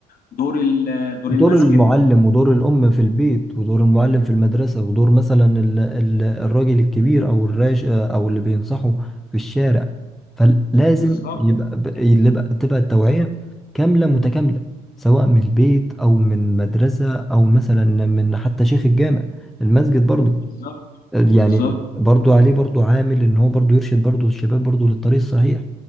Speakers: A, on the left; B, in the centre.
A: دور ال- دور
B: دور
A: المسجد
B: المعلم ودور الأم في البيت ودور المعلم في المدرسة ودور مثلا ال- ال- الراجل الكبير أو الراج أو اللي بينصحه في الشارع فلازم
A: بالظبط
B: يبقى ب- اللي بقى تبقى التوعية كاملة متكاملة سواء من البيت أو من مدرسة أو مثلا من حتى شيخ الجامع المسجد برضو
A: بالظبط
B: يعني
A: بالظبط
B: برضو عليه برضو عامل ان هو برضو يرشد برضو الشباب برضو للطريق الصحيح